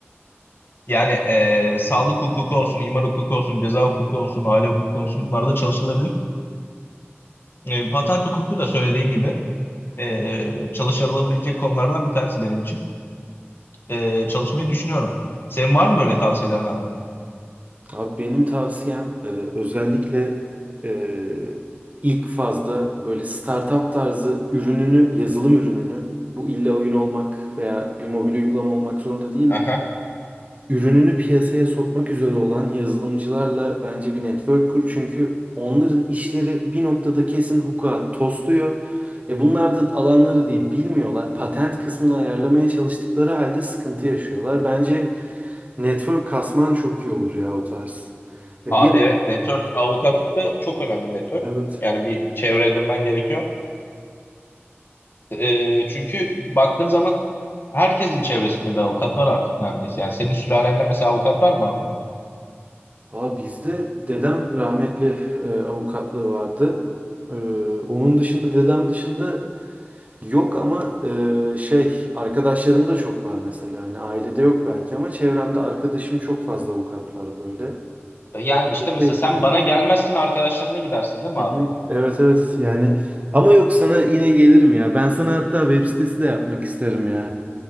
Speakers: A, on the left (about 55°); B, on the right (about 35°).
A: Yani e, sağlık hukuku olsun, imar hukuku olsun, ceza hukuku olsun, aile hukuku olsun bunlarda çalışılabilir. E, patent hukuku da söylediğin gibi e, çalışılabilecek konulardan bir tanesi benim için. e, çalışmayı düşünüyorum. Senin var mı böyle tavsiyelerin abi?
B: Abi benim tavsiyem e, özellikle e, ilk fazda böyle startup tarzı ürününü, yazılım ürününü bu illa oyun olmak veya bir mobil uygulama olmak zorunda değil.
A: Aha.
B: ürününü piyasaya sokmak üzere olan yazılımcılarla bence bir network kur. Çünkü onların işleri bir noktada kesin hukuka tosluyor. E bunlar da alanları değil bilmiyorlar. Patent kısmını ayarlamaya çalıştıkları halde sıkıntı yaşıyorlar. Bence network kasman çok iyi olur ya o tarz. E
A: Abi
B: bir
A: evet network avukatlıkta çok önemli network.
B: evet.
A: Yani bir çevre edinmen gerekiyor. Ee, çünkü baktığın zaman herkesin çevresinde bir avukat var artık neredeyse. Yani senin sülalende mesela avukat var mı abi?
B: Aa, bizde dedem rahmetli e, avukatlığı vardı. E, onun dışında dedem dışında Yok ama e, şey arkadaşlarım da çok var mesela. Yani ailede yok belki ama çevremde arkadaşım çok fazla avukat var böyle.
A: Ee, Yani işte mesela
B: Şey,
A: sen
B: yani.
A: bana gelmezsin arkadaşlarına gidersin değil mi
B: Hı
A: abi?
B: hı. Evet evet yani ama yok sana yine gelirim ya. Ben sana hatta web sitesi de yapmak isterim ya.